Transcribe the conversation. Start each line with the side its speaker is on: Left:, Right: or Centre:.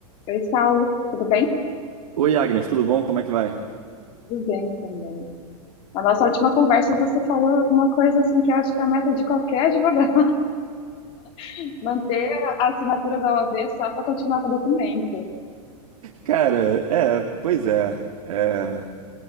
Left: Oi, Saulo, tudo bem?
Right: Oi, Agnes, tudo bom? Como é que vai?
Left: Tudo bem também. Na nossa última conversa, você falou uma coisa assim que eu acho que é a meta de qualquer advogado, <laughs> manter a assinatura da OAB só para continuar com o documento.
Right: Cara, é, pois é, é,